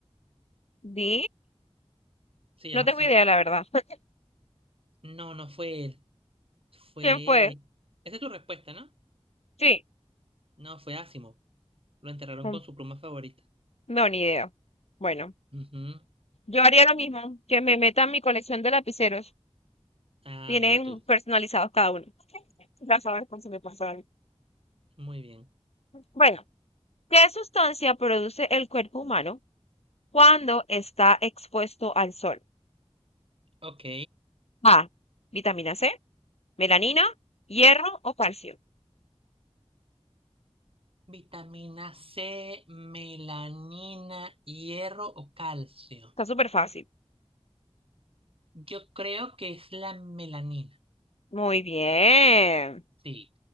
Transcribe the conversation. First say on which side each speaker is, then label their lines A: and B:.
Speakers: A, on the left; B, on the right.
A: Di.
B: Se llama
A: No tengo
B: así.
A: idea, la verdad. <laughs>
B: No, no fue él. Fue...
A: ¿Quién fue?
B: Esa es tu respuesta, ¿no?
A: Sí.
B: No, fue Asimov. Lo enterraron
A: Mm,
B: con su pluma favorita.
A: No, ni idea. Bueno,
B: Ujú.
A: yo haría lo mismo, que me meta en mi colección de lapiceros.
B: Ah,
A: Tienen
B: mira tú.
A: personalizados cada uno. Ya sabes por si me pasa algo.
B: Muy bien.
A: Bueno, ¿qué sustancia produce el cuerpo humano cuando está expuesto al sol?
B: Ok.
A: A. Vitamina C, melanina, hierro o calcio.
B: Vitamina C, melanina, hierro o calcio.
A: Está súper fácil.
B: Yo creo que es la melanina.
A: Muy bien.
B: Sí,